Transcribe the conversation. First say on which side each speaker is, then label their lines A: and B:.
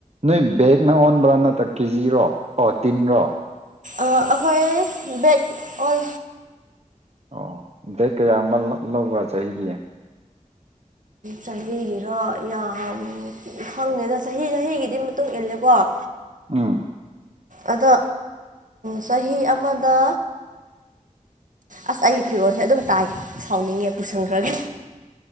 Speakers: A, on the right; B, on the right.
A: ꯅꯣꯏ ꯕꯦꯛꯅ ꯑꯣꯟꯕ꯭ꯔꯥ ꯅꯠꯇ꯭ꯔ ꯀꯦꯖꯤꯔꯣ ꯑꯣ ꯇꯤꯟꯔꯣ
B: ꯑꯩꯈꯣꯏ ꯕꯦꯛ ꯑꯣ
A: ꯑꯣ ꯗ ꯀ ꯌꯥꯃꯜ ꯂꯧꯧ ꯆꯥꯦ <unintelligible>
B: ꯆꯍꯤꯒꯤꯔꯣ ꯌꯥꯝ ꯈꯪꯗꯦꯅ ꯆꯍꯤ ꯆꯍꯤꯒꯤꯗꯤ ꯃꯇꯨꯡ ꯏꯜꯂꯦꯀꯣ
A: ꯎꯝ
B: ꯑꯗꯣ ꯆꯍꯤ ꯑꯃꯗ ꯑꯁ ꯑꯩꯒꯤ ꯐꯤꯔꯣꯜꯁꯦ ꯑꯗꯨꯝ ꯇꯥꯏ ꯁꯥꯎꯅꯤꯡꯉꯦ ꯄꯨꯁꯟꯈ꯭ꯔꯒꯦ